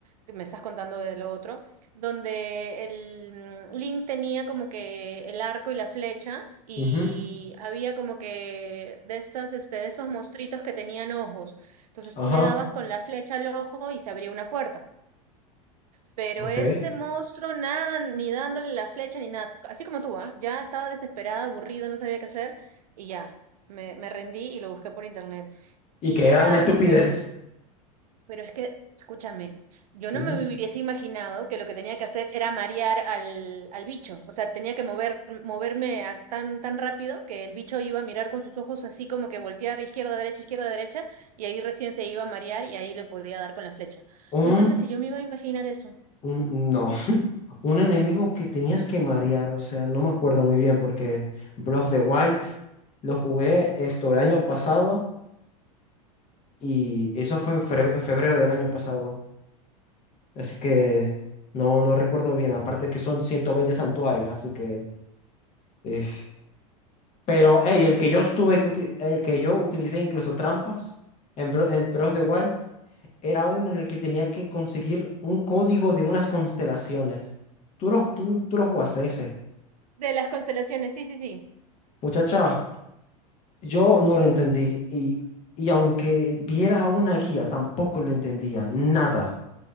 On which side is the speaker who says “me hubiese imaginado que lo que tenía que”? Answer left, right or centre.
Right